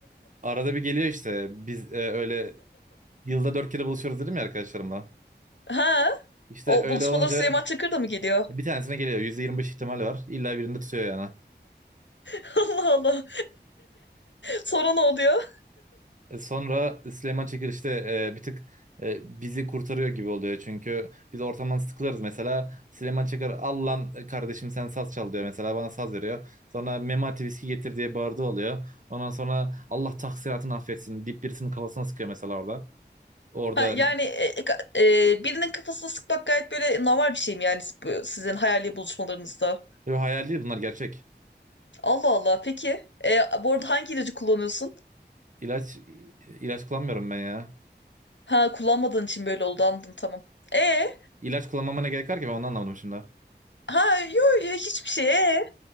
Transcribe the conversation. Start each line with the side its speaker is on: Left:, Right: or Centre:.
Right: Arada bir geliyor işte biz e, öyle yılda dört kere buluşuyoruz dedim ya arkadaşlarımla.
Left: Ha?
Right: İşte
Left: O
Right: öyle
Left: buluşmalar
Right: olunca
Left: Süleyman Çakır da mı geliyor?
Right: bir tanesine geliyor. yüzde yirmi beş ihtimal var. İlla birinde tutuyor yani.
Left: <laughs> Allah Allah. Sonra ne oluyor?
Right: E, Sonra Süleyman Çakır işte e, bir tık e, bizi kurtarıyor gibi oluyor. Çünkü biz ortamdan sıkılırız mesela. Süleyman Çakır al lan e, kardeşim sen saz çal diyor mesela bana saz veriyor. Sonra Memati viski getir diye bağırdığı oluyor. Ondan sonra Allah taksiratını affetsin deyip birisinin kafasına sıkıyor mesela orada. Orada
Left: Ha, yani e, ka- e, birinin kafasına sıkmak gayet böyle normal bir şey mi yani bu- sizin hayali buluşmalarınızda?
Right: Yo, hayal değil bunlar gerçek.
Left: Allah Allah. Peki. E, bu arada hangi ilacı kullanıyorsun?
Right: İlaç ilaç kullanmıyorum ben ya.
Left: Ha kullanmadığın için böyle oldu anladım tamam. E
Right: İlaç kullanmama ne gerek var ki ben onu anlamadım şimdi.
Left: ha yo yo, hiçbir şey e.